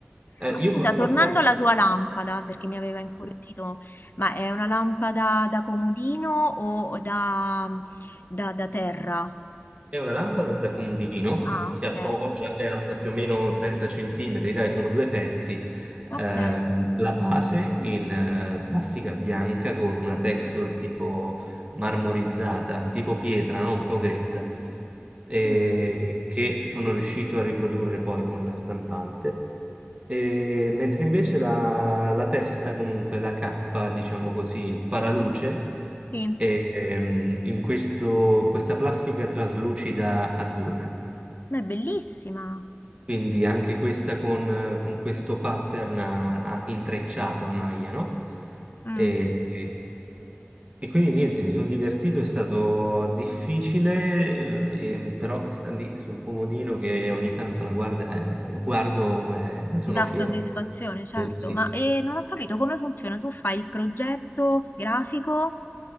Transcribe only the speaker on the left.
Ma
scusa,
tornando alla tua lampada, perché mi aveva incuriosito, ma è una lampada da comodino o da, da- da terra?
Ah,
ok,
ok.
Mm,
Sì, ma
è bellissima.
Mm.
Dà
soddisfazione, certo,
ma eh, non ho capito come funziona. Tu fai il progetto grafico,